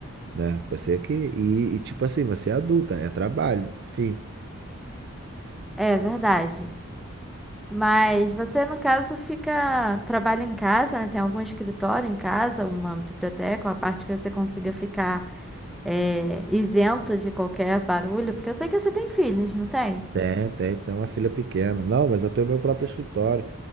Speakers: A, on the right (about 50°); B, in the centre.
A: né? Você é que. E, e, tipo assim, você é adulta, é trabalho, fim.
B: é verdade. Mas você, no caso, fica, trabalha em casa, né? Tem algum escritório em casa, uma biblioteca, uma parte que você consiga ficar é, isento de qualquer barulho, porque eu sei que você tem filhos, não tem?
A: Tem, tem, tem uma filha pequena. Não, mas eu tenho meu próprio escritório.